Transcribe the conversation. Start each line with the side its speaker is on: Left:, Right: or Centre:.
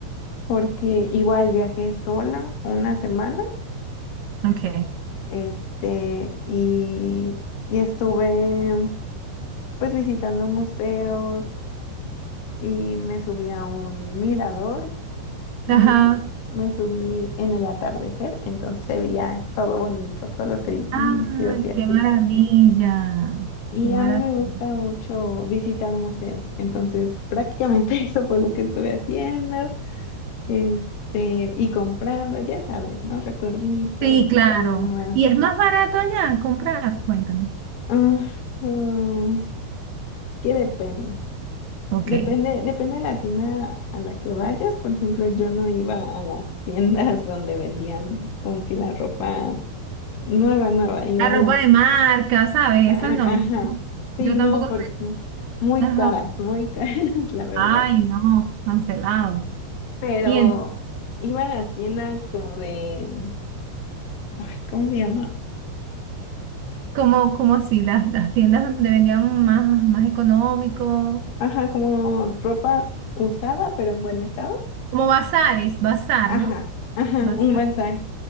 Left: porque igual viajé sola una semana,
Right: Ok.
Left: este, y, y estuve pues visitando museos y me subí a un mirador, me,
Right: Ajá.
Left: su- me subí en el atardecer, entonces se veía todo bonito, todos los edificios
Right: Ay,
Left: y así.
Right: qué maravilla.
Left: Y
Right: Qué maravilla.
Left: a mí me gusta mucho visitar museos, entonces prácticamente <laughs> eso fue lo que estuve haciendo, este, y comprando, ya sabes, ¿no? Recuerditos
Right: Sí, claro.
Left: y demás.
Right: ¿Y es más barato allá comprar? Cuéntame.
Left: Ah, mm, que depende.
Right: Ok.
Left: Depende, depende de la tienda a la que vayas. Por ejemplo, yo no iba a las <laughs> tiendas donde vendían como que la ropa nueva, nueva. Iba
Right: La ropa
Left: a las...
Right: de marca, ¿sabes?
Left: a-
Right: Eso no.
Left: Ajá. Sí,
Right: Yo
Left: no,
Right: tampoco
Left: porque
Right: sé.
Left: son muy
Right: Ajá.
Left: caras, muy caras, <laughs> la verdad.
Right: Ay, no, cancelado.
Left: Pero
Right: Y en-
Left: iba a las tiendas como de... Ay, ¿cómo se llama?
Right: como, como así, las, las tiendas donde vendían más, más económico,
Left: Ajá, como ropa usada, pero en buen estado.
Right: como bazares, bazar,
Left: Ajá,
Right: ¿no?
Left: ajá,
Right: Bazar,
Left: un bazar.